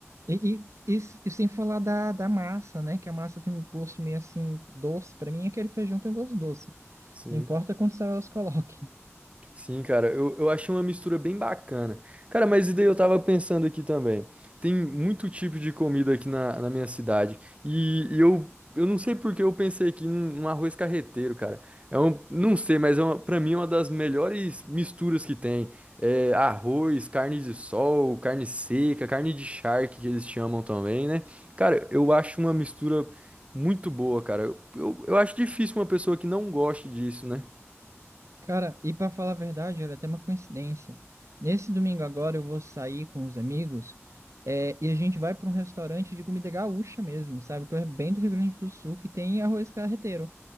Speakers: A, on the right; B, on the right.
A: E, e, e e sem falar da, da massa, né? Que a massa tem um gosto meio assim, doce. Pra mim, aquele feijão tem um gosto doce.
B: Sim,
A: Não importa quantos sal elas coloquem.
B: sim, cara, eu, eu achei uma mistura bem bacana. Cara, mas e daí eu tava pensando aqui também. Tem muito tipo de comida aqui na, na minha cidade. E, e eu, eu não sei por que eu pensei aqui num, num arroz carreteiro, cara. É um, não sei, mas é uma, pra mim é uma das melhores misturas que tem. É arroz, carne de sol, carne seca, carne de charque que eles chamam também, né? Cara, eu acho uma mistura muito boa, cara. Eu, eu, eu acho difícil uma pessoa que não goste disso, né?
A: Cara, e pra falar a verdade, olha, até uma coincidência. Nesse domingo agora eu vou sair com os amigos, é, e a gente vai pra um restaurante de comida gaúcha mesmo, sabe? Que é bem do Rio Grande do Sul, que tem arroz carreteiro.